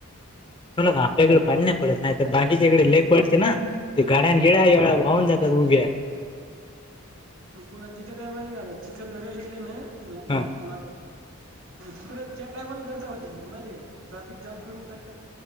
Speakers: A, on the left (about 25°); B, on the right (about 75°).
A: <unintelligible> का आपल्या इकड पाणी नाही पडत नाही तर बाकीच्या इकडे
B: हं,
A: लई पळते ना ते गड्या न गिड्या एवढ्या वाहून जाता उभ्या
B: अन पुन्हा जित काय माहिते का चिखल भरायला गेले ना
A: हा
B: म्ह तिकड त्या टायमाला गर्दा होती तिथे माहिते का ट्राफिक जाम करून टाक त